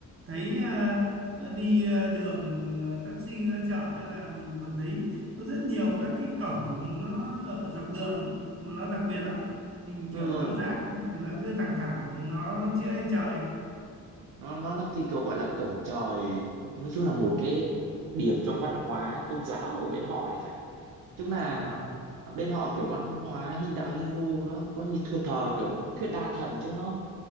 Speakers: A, on the right; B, on the right.
A: thấy à, à, đi à, đường à, taxi nó chở ấy là mình còn thấy có rất nhiều các cái cổng nó ở dọc đường ấy mà nó đặc biệt lắm hình
B: ừ
A: kiểu tam giác thì nó cứ thẳng thẳng nó chĩa lên trời ấy
B: nó nó là cái kiểu gọi là cổng trời nói chung là một cái điểm trong văn hóa tôn giáo ở bên họ thì phải chung là
A: à,
B: ở bên họ kiểu văn hóa Hin đạo Hindu nó có như thờ thờ kiểu thuyết đa thần chứ nó